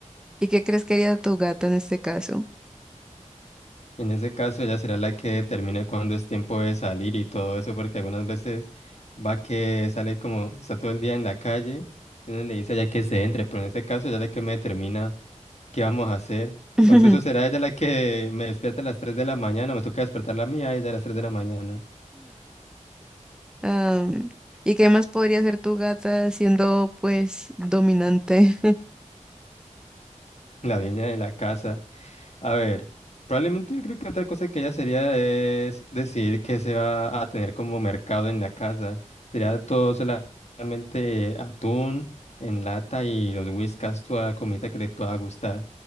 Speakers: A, in the centre; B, on the left.
A: ¿Y qué crees que haría tu gata en este caso?
B: En ese caso, ella será la que determine cuándo es tiempo de salir y todo eso, porque algunas veces va que sale como, está todo el día en la calle, y uno le dice ya que se entre, pero en ese caso, ya la que me determina. ¿Qué vamos a hacer?
A: <laughs>
B: O incluso será ella la que me despierta a las 3 de la mañana, me toca despertar la mía, a ella a las 3 de la mañana,
A: Ah, ¿y qué más podría hacer tu gata siendo pues dominante?
B: la dueña de la casa. A ver, probablemente yo creo que otra cosa que ella sería es decidir qué se va a tener como mercado en la casa. Sería todo solamente atún en lata y los whiskas, toda la comida que le pueda gustar.